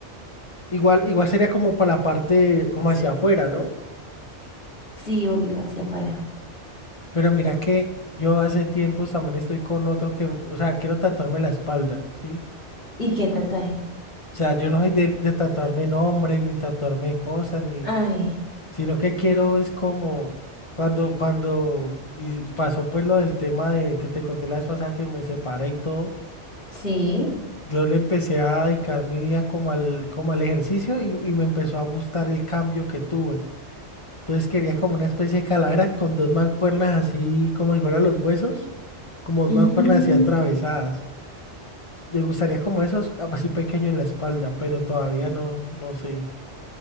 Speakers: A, on the left (about 30°); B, on the left (about 55°).
A: igual, igual sería como para la parte, como hacia afuera, ¿no?
B: Sí, obvio, hacia afuera.
A: Pero mira que yo hace tiempos también estoy con otro que, o sea, quiero tatuarme la espalda, ¿sí?
B: ¿Y qué tatuaje?
A: O sea, yo no soy de, de tatuarme nombres, ni tatuarme cosas, ni,
B: Ay,
A: sino que quiero es como cuando, cuando y pasó pues lo del tema de que te conté la vez pasada que me separé y todo,
B: sí.
A: yo le empecé a dedicar mi vida como al, como al ejercicio y, y me empezó a gustar el cambio que tuve. Entonces quería como una especie de calavera con dos mancuernas así como si fueran los huesos, como dos
B: Mm.
A: mancuernas así atravesadas. Me gustaría como esos ah, así pequeño en la espalda, pero todavía no, no sé.